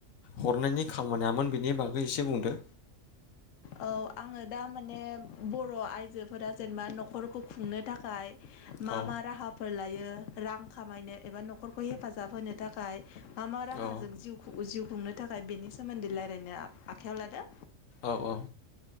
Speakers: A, on the left (about 80°); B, on the left (about 70°).
A: हरनायनि खामानियामोन बेनि बागै एसे बुंदो
B: औ आङो दा माने बर' आइजोफोरा जेनेबा न'खरखौ खुंनो थाखाय मा
A: औ
B: मा राहाफोर लायो रां खामायनो एबा न'खरखौ हेफाजाब होनो थाखाय मा मा राहाजों
A: औ
B: जिउ खु जिउ खुंनो थाखाय बेनि सोमोन्दै रायलायनो आ आखायाव लादों
A: औ औ